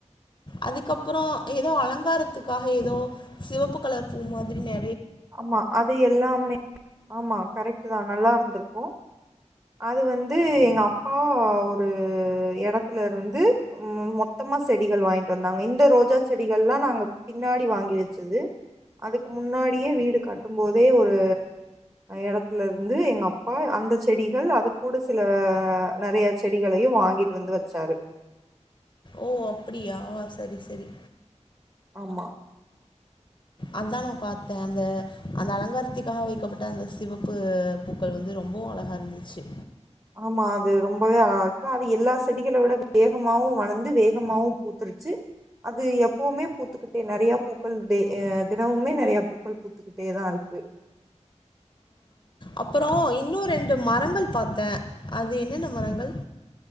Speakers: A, on the left; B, on the right.
A: அதுக்கப்புறம் ஏதோ அலங்காரத்துக்காக ஏதோ சிவப்பு கலர்பூ மாதிரி நே
B: ஆமா அது எல்லாமே ஆமா கரெக்ட் அதான் நல்லா இருந்திருக்கும் அது வந்து எங்க அப்பா ஒரு எடத்துல இருந்து மொ மொத்தமா செடிகள் வாங்கிட்டு வந்தாங்க இந்த ரோஜா செடிகள்லாம் நாங்க பின்னாடி வாங்கி வச்சது அதுக்கு முன்னாடி <unintelligible> வீடு கட்டும் போதே ஒரு எடத்துலருந்து எங்க அப்பா அந்த செடிகள் அது கூூட சில நிறைய செடிகளையும் வாங்கிட்டு வந்து வச்சாரு
A: ஓ அப்படியாஹ சரி சரி
B: ஆமா
A: அதானே பார்த்தேன் அந்த அந்த அலங்காரத்துக்காக வைக்கப்பட்ட அந்த சிவப்பு பூக்கள் வந்து ரொம்பவும் அழகா இருந்துச்சு
B: ஆமா அது ரொம்பவே அழா இருக்கு அது எல்லா செடிகளை விட வேகமாவும் வளர்ந்து வேகமாவும் பூத்துருச்சு அது எப்பவுமே பூத்துக்கிட்டே நிறைய பூக்கள் தே தினமுமே நிறைய பூக்கள் பூத்துக்கிட்டேதான் இருக்கு
A: அப்பறம் இன்னும் ரெண்டு மரங்கள் பாத்தேன் அது என்னென்ன மரங்கள்